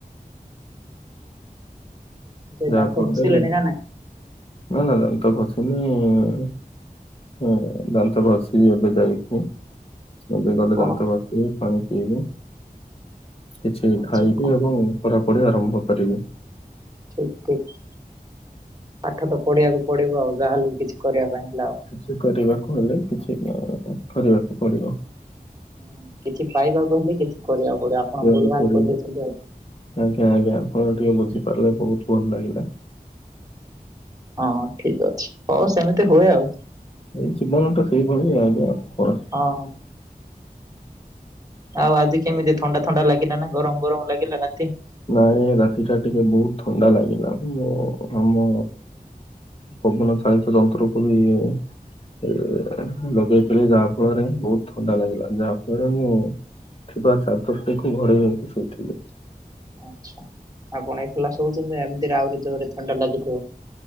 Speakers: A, on the right; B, on the left.
A: ଯେ
B: ଯା
A: ଦାନ୍ତ
B: ଫଳରେ
A: ଘଷିଲେଣି ନା ନାଇଁ
B: ନାଁ ନାଁ ଦମ୍ଭ ଅଛି। ଉଁ ହୁଁ ଦାନ୍ତ ଘଷିଲି ଏବେ ଯାଇକି। ଏବେ ଗଲେ
A: କଣ
B: ଦାନ୍ତ ଘଷିକି ପାଣି ପିଇବି। କିଛି
A: ଅଛି
B: ଖାଇବି
A: କଣ
B: ଏବଂ ପଢ଼ା ପଢ଼ି ଆରମ୍ଭ କରିବି।
A: ଠିକ୍ ଠିକ୍ ପାଠ ତ ପଢିବାକୁ ପଡିବ ଆଉ ଯାହା ହେଲେ ବି କିଛି କରିବା ପାଇଁ। ହେଲା ଆଉ।
B: କିଛି କରିବାକୁ ହେଲେ କିଛି ଅ କରିବାକୁ ପଡିବ।
A: ଉଁ କିଛି ପାଇବାକୁ ହେଲେ କିଛି କରିବାକୁ ପଡିବ ଆପଣ
B: କରିବାକୁ
A: ଭୁଲ୍ ଭାଲ୍
B: ପଡିବ।
A: କହି ଦେଉଛନ୍ତି ଆଉ।
B: ଆଜ୍ଞା ଆଜ୍ଞା ଆପଣ ଟିକେ ବୁଝିପାରିଲେ ବହୁତ୍ ଭଲ ଲାଗିଲା।
A: ହଁ ଠିକ୍ ଅଛି ହଉ ସେମିତି ହୁଏ ଆଉ।
B: ଏଇ ଜୀବନଟା ସେଇଭଳି ଆଜ୍ଞା। ପରା।
A: ହଁ। ଆଉ ଆଜି କେମିତି ଥଣ୍ଡା, ଥଣ୍ଡା ଲାଗିଲା ନା ଗରମ ଗରମ ଲାଗିଲା ରାତି?
B: ନାଇଁ ରାତିଟା ଟିକେ ବହୁତ୍ ଥଣ୍ଡା ଲାଗିଲା ମୋ ଆମ ପବନ ଚାଳିତ ଯନ୍ତ୍ରକୁ ବି ଇଏ ଲଗେଇଥିଲେ ଯାହା ଫଳରେ ବହୁତ ଥଣ୍ଡା ଲାଗିଲା, ଯାହା ଫଳରେ ମୁଁ ଥିବା ଚାଦରଟିକୁ ଘୋଡେଇ ହୋଇକି ଶୋଇଥିଲି।
A: ଆଚ୍ଛା ଆପଣ ଏକଲା ଶୋଉଛନ୍ତି, ଏମିତିରେ ଆହୁରି ଜୋରରେ ଥଣ୍ଡା ଲାଗୁଥିବ।